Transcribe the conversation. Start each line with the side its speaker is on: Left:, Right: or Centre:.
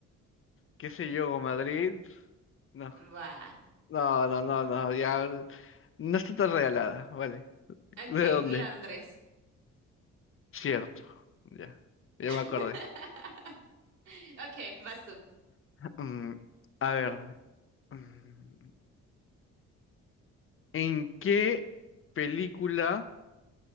Left: qué sé yo, Madrid. No,
Right: Va.
Left: no, no, no, no, ya no está tan regalada, vale.
Right: Ok,
Left: ¿De dónde?
Right: Londres.
Left: Cierto, ya, ya me
Right: <laughs>
Left: acordé.
Right: Ok, vas tú.
Left: Mm, a ver, mm, ¿en qué película